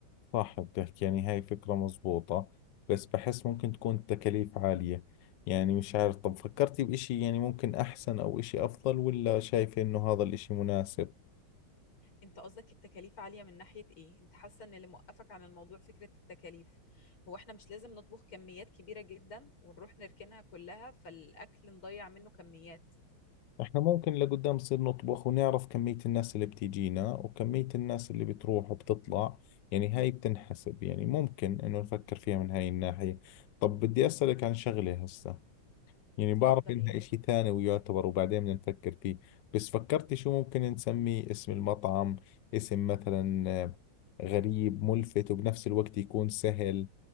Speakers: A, on the left; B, on the left.
A: صح بتحكي يعني هاي فكره مزبوطه بس بحس ممكن تكون التكاليف عاليه يعني مش عارف طب فكرتي بإشي يعني ممكن احسن او إشي افضل ولا شايفه انه هذا الإشي مناسب
B: انت قصدك التكاليف عالية من ناحية ايه انت حاسة ان اللي موقفك عن الموضوع فكرة التكاليف هو احنا مش لازم نطبخ كميات كبيرة جدا ونروح نركنها كلها فالاكل نضيع منه كميات
A: احنا ممكن لقدام نصير نطبخ ونعرف كمية الناس اللي بتيجينا وكمية الناس اللي بتروح وبتطلع يعني هاي بتنحسب يعني ممكن انه نفكر فيها من هاي الناحية طب بدي اسألك عن شغلة هسه يعني
B: اتفضل
A: بعرف انها
B: ايه
A: اشي ثاني ويعتبر وبعدين بدنا نفكر فيه بس فكرتي شو ممكن نسميه اسم المطعم اسم مثلا آه، غريب ملفت وبنفس الوقت يكون سهل